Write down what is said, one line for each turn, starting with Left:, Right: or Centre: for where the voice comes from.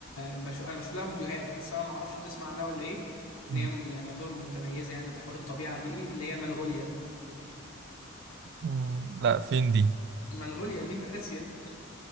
Left: بشوف انا بشوف لها فيديوهات بس انا ما اعرفش انت تسمع عنها ولا ايه
Right: مم.
Left: ان هي يعني يعتبر متميزه يعني بحوار الطبيعه دي اللي هي منغوليا
Right: مم. لا فين دي؟
Left: منغوليا دي في اسيا